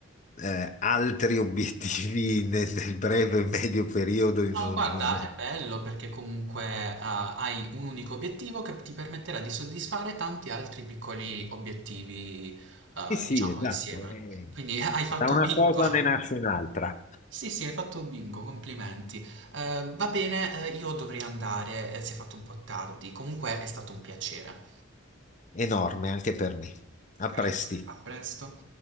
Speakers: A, on the left; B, on the right.
A: eh, altri <laughs> obiettivi nel, nel breve e medio periodo io
B: No,
A: non,
B: guarda,
A: non me li-
B: è bello perché comunque ah, hai un unico obiettivo che ti permetterà di soddisfare tanti altri piccoli obiettivi, eh,
A: Sì, sì,
B: diciamo,
A: esatto.
B: insieme.
A: eh,
B: Quindi <laughs> hai
A: da
B: fatto
A: una
B: bingo.
A: cosa ne nasce un'altra,
B: Sì, sì, hai fatto bingo, complimenti. Eh, va bene, eh, io dovrei andare, eh, si è fatto un po' tardi. Comunque è stato un piacere.
A: enorme anche per me. A
B: Grazie,
A: presto.
B: a presto.